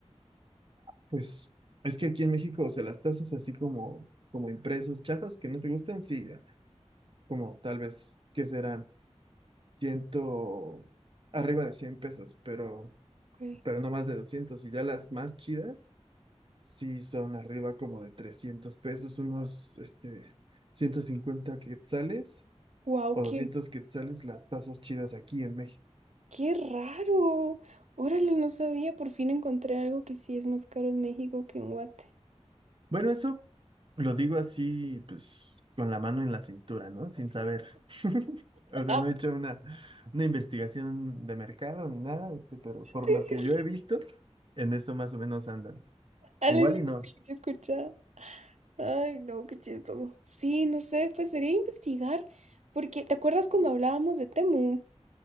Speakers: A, on the right; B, on the right.
A: Pues es que aquí en México, o sea, las tazas así como, como impresas, chafas que no te gustan, sí, como tal vez, ¿qué serán? ciento, arriba de 100 pesos, pero,
B: Ok.
A: pero no más de doscientos Y ya las más chidas, sí son arriba como de 300 pesos, unos, este, 150 quetzales
B: Wow,
A: o
B: qué,
A: 200 quetzales las tazas chidas aquí en México.
B: qué raro. Órale, no sabía. Por fin encontré algo que sí es más caro en México que en Guate.
A: Bueno, eso lo digo así, pues, con la mano en la cintura, ¿no? Sin saber. O sea,
B: Ah,
A: no he hecho una, una investigación de mercado ni nada, este, pero por
B: <laughs>
A: lo que
B: sí.
A: yo he visto, en eso más o menos andan.
B: Ale,
A: Igual
B: eso
A: y
B: nunca
A: no.
B: lo había escuchado. Ay, no, qué chistoso. Sí, no sé, pues sería investigar, porque ¿te acuerdas cuando hablábamos de Temu?